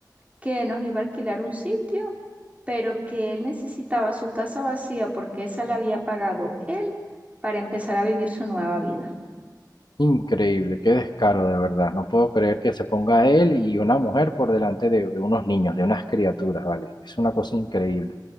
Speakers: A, on the right; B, on the left.
A: que nos iba a alquilar un sitio, pero que él necesitaba su casa vacía porque esa la había pagado él para empezar a vivir su nueva vida.
B: Increíble, qué descaro de verdad. No puedo creer que se ponga él y una mujer por delante de de unos niños, de unas criaturas, ¿vale? Es una cosa increíble.